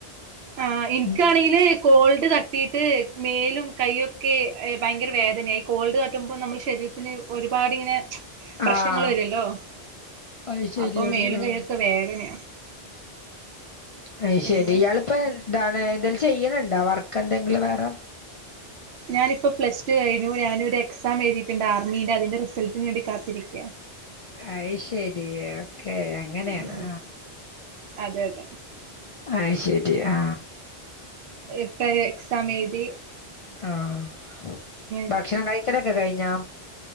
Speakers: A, on the right (about 75°); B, on the left (about 60°).
A: ആഹ് ഇൻക്കാണെങ്കില്
B: ഉം
A: കോൾഡ് തട്ടീട്ട് മേലുംകയ്യൊ ക്കെഎ ഭയങ്കര വേദനയാ ഈ കോൾഡ് തട്ടുമ്പോ നമ്മള് ശരീരത്തി <inaudible> ഒരുപാടിങ്ങനെ.. ജ് പ്രശ്നങ്ങള്
B: ആഹ്
A: വരുല്ലോ
B: അത് ശരിയാണ്
A: അപ്പൊ മേലും
B: ആഹ്
A: കൈയൊക്കെ വേദനയാ
B: അഹ്
A: പിന്നെ
B: ശെരി ഇയാളിപ്പൊന്താണ് എന്തേലും ചെയ്യണ്ണ്ണ്ടൊ വർക്കെന്തെങ്കിലും വേറെ
A: ഞാനിപ്പൊ പ്ലസ് ടു കഴുഞ്ഞു ഞാൻ ഒരു എക്സാം എഴുതിട്ടുണ്ട് ആർമീന്റെ അതിന്റെ റിസൾട്ടിന് വേണ്ടി കാത്തിരിക്ക
B: അയ് ശരി.. ഓക്കെ അങ്ങനെയാണോ
A: ഉം അതെ അതെ
B: അഹ് ശരി ആ...
A: ഇപ്പൊഴ്ക്സാമെഴുതി
B: ആഹ്
A: ഇരിക്ക
B: ഭക്ഷണം കഴിക്കലൊക്കെ കഴിഞ്ഞോ